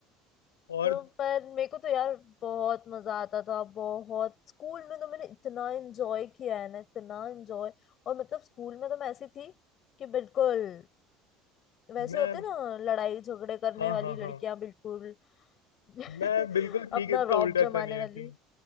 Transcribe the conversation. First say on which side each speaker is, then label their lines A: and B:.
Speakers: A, on the left; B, on the left.
A: और
B: तो पर मेरे को तो यार बहुत मजा आता था बहुत स्कूल में तो मैंने इतना एंजॉय किया है ना इतना एंजॉय और मतलब स्कूल में तो मैं ऐसी थी कि बिल्कुल वैसे
A: मैं
B: होते ना लड़ाई झगड़े करने
A: हाँ
B: वाली
A: हाँ
B: लड़कियां
A: हाँ
B: बिल्कुल <laughs>
A: मैं बिल्कुल ठीक
B: अपना
A: इसका
B: रौब
A: उल्टा
B: जमाने
A: था नहीं
B: वाली
A: थी